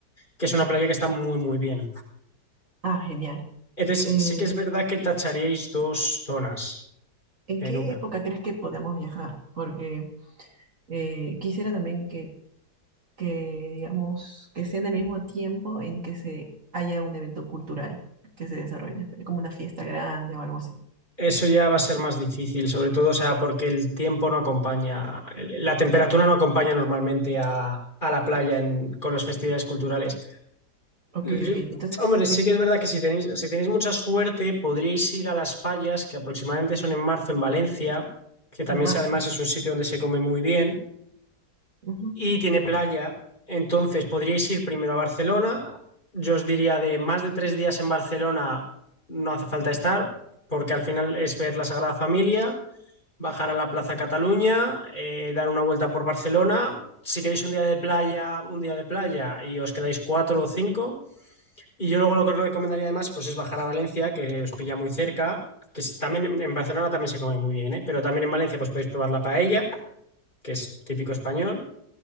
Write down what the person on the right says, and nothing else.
Ah, genial.
Eh,
¿en
qué
época crees que podamos viajar? Porque eh, quisiera también que, que, digamos, que sea en el mismo tiempo en que se haya un evento cultural que se desarrolle, como una fiesta grande o algo así.
Ok,
ok. Entonces
es
en marzo.
Ujú,